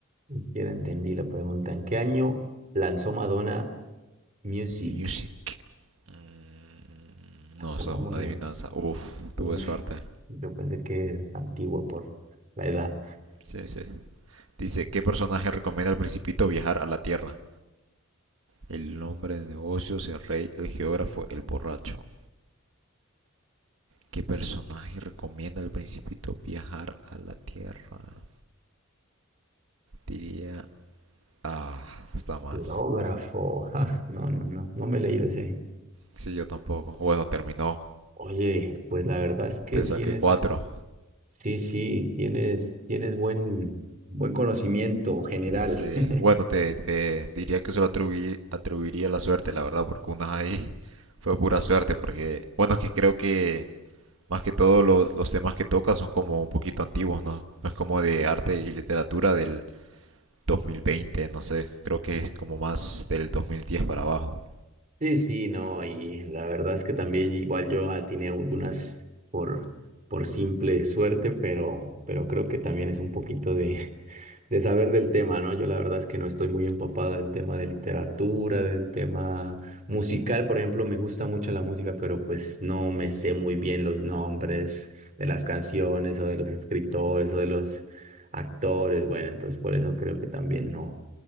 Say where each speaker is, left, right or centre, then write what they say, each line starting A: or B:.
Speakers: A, on the right; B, on the right.
A: Ni siquiera entendí la pregunta. ¿En qué año lanzó Madonna Music?
B: Music. Mm, No,
A: Pongámosle.
B: esa es una adivinanza. Uf,
A: Uf,
B: tuve suerte.
A: yo pensé que es antiguo por la edad.
B: Sí, sí. Dice, ¿qué personaje recomienda al principito viajar a la Tierra? El hombre de negocios, el rey, el geógrafo, el borracho. ¿Qué personaje recomienda al principito viajar a la Tierra? Diría... Ah, está mal.
A: Geógrafo. <laughs> Ah, no, no, no. No me he leído ese.
B: Sí, yo tampoco. Bueno, terminó.
A: Oye, pues la verdad es que
B: Te
A: tienes
B: saqué cuatro.
A: Sí, sí, tienes, tienes buen, buen conocimiento general.
B: Sí.
A: <laughs>
B: Bueno, te, te diría que se lo atribuí- atribuiría la suerte, la verdad, porque unas ahí <laughs> fue pura suerte, porque... Bueno, es que creo que más que todo los, los temas que toca son como un poquito antiguos, ¿no? No es como de arte y literatura del 2020, no sé. Creo que es como más del 2010 para abajo.
A: Sí, sí, no, y la verdad es que también igual yo atiné algunas por, por simple suerte, pero, pero creo que también es un poquito de de saber del tema, ¿no? Yo la verdad es que no estoy muy empapado del tema de literatura, del tema musical, por ejemplo, me gusta mucho la música, pero pues no me sé muy bien los nombres de las canciones o de los escritores o de los actores, bueno, entonces por eso creo que también no,